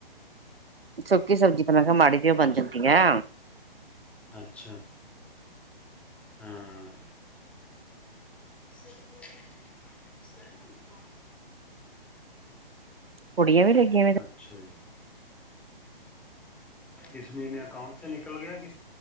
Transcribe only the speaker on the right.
ਸੁੱਕੀ ਸਬਜ਼ੀ ਤੇ ਮੈਂ ਕਿਆ, ਮਾੜੀ ਜੇਓ ਬਣ ਜਾਂਦੀ ਐ।
ਕੁੜੀਆਂ ਵੀ ਲੱਗੀਆਂ ਨੇ